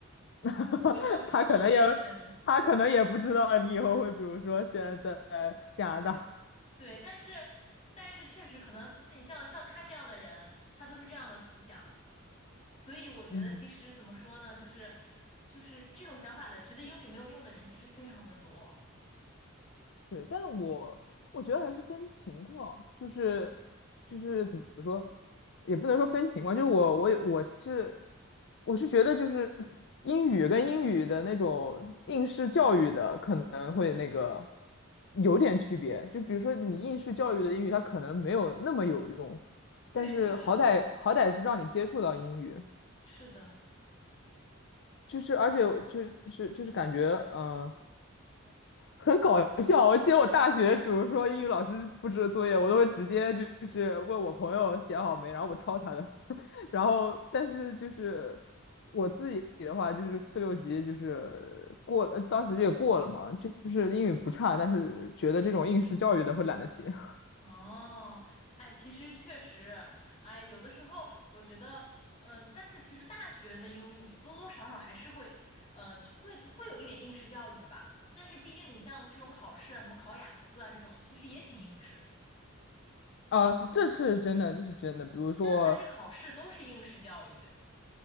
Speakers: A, on the left; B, on the left.
A: <laughs>
B: 我印象特别深。
A: 他可能也他可能也不知道你以后会，比如说现在在加拿大，
B: 对，但是但是确实可能是你像像他这样的人，他都是这样的思想。所以我觉得其实怎么说呢，
A: 嗯，
B: 就是就是这种想法的，觉得英语没有用的人其实非常的多。
A: 对，但我我觉得还是分情况，就是就是怎么说，也不能说分情况，就是我我我是我是觉得就是英语跟英语的那种应试教育的可能会那个有点区别，就比如说你应试教育的英语它可能没有那么有用，但是好歹好歹是让你接触到英语，
B: 对，确实是的，
A: 就是而且就是就是感觉嗯、
B: 是的。
A: 呃很搞笑。我记得我大学，比如说英语老师布置的作业，我都会直接就就是问我朋友写好没，然后我抄他的。<laughs> 然后但是就是我自己的话，就是四六级就是过了，当时也过了嘛，就是英语不差，但是觉得这种应试教育的会懒得写。
B: 哦，哎，其实确实，哎，有的时候我觉得，嗯、但是其实大学的英语多多少少还是会，呃，会会有一点应试教育吧。但是毕竟你像这种考试啊，什么考雅思啊这种，其实也挺应试的。
A: 啊，这是真的，这是真的。比如说，
B: 但凡是考试，都是应试教育。